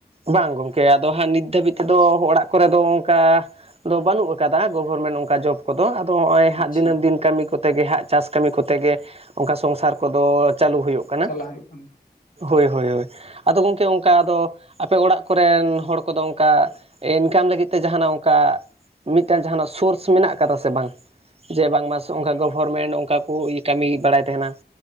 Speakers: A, on the right (about 35°); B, on the left (about 50°).
A: ᱵᱟᱝ ᱜᱚᱝᱠᱮ ᱟᱫᱚ ᱦᱟᱸᱜ ᱱᱤᱛ ᱫᱷᱟᱹᱵᱤᱡ
B: ᱟᱪᱪᱷᱟ
A: ᱛᱮᱫᱚ ᱚᱲᱟᱜᱼᱼ ᱠᱚᱨᱮ ᱫᱚ ᱚᱱᱠᱟ ᱫᱚ
B: ᱦᱮᱸ᱾
A: ᱵᱟᱹᱱᱩᱜ ᱟᱠᱟᱫᱟ ᱜᱚᱵᱷᱚᱨᱢᱮᱱᱴ ᱚᱱᱠᱟ ᱡᱚᱵᱽ ᱠᱚᱫᱚ ᱟᱫᱚ ᱱᱚᱜ-ᱚᱭ
B: ᱟᱪᱪᱷᱟ
A: ᱦᱟᱸᱜ ᱫᱤᱱᱟᱹᱢ ᱫᱤᱱᱼᱼ ᱠᱟᱹᱢᱤ ᱠᱚᱛᱮ ᱜᱮ ᱦᱟᱸᱜ ᱪᱟᱥ ᱠᱟᱹᱢᱤ ᱠᱚᱛᱮ ᱜᱮ ᱚᱱᱠᱟ ᱥᱚᱝᱥᱟᱨ ᱠᱚᱫᱚ ᱪᱟᱹᱞᱩ ᱦᱩᱭᱩᱜᱼᱼ ᱠᱟᱱᱟ
B: ᱪᱟᱞᱟᱜ ᱦᱩᱭᱩᱜ ᱠᱟᱱᱟ᱾
A: ᱦᱳᱭ-ᱦᱳᱭ-ᱦᱳᱭ ᱟᱫᱚ ᱜᱚᱝᱠᱮ ᱚᱱᱠᱟ ᱟᱫᱚᱼᱼ ᱟᱯᱮ ᱚᱲᱟᱜ ᱠᱚᱨᱮᱱ ᱦᱚᱲ ᱠᱚᱫᱚ ᱚᱱᱠᱟ ᱤᱱᱠᱟᱢ ᱞᱟᱹᱜᱤᱫ ᱛᱮ ᱡᱟᱦᱟᱸᱱᱟᱜ ᱚᱝᱠᱟᱼᱼ ᱢᱤᱫᱴᱟᱹᱝ ᱡᱟᱦᱟᱸᱱᱟᱜ ᱥᱳᱨᱥ ᱢᱮᱱᱟᱜ ᱠᱟᱫᱟ ᱥᱮ ᱵᱟᱝ? ᱡᱮ ᱵᱟᱝᱢᱟ ᱚᱱᱠᱟ ᱜᱚᱵᱷᱚᱨᱢᱮᱱᱴ ᱚᱱᱠᱟ ᱠᱚ ᱤᱭᱟᱹ ᱠᱚ ᱠᱟᱹᱢᱤ ᱵᱟᱲᱟᱭ ᱛᱟᱦᱮᱸᱱᱟ᱾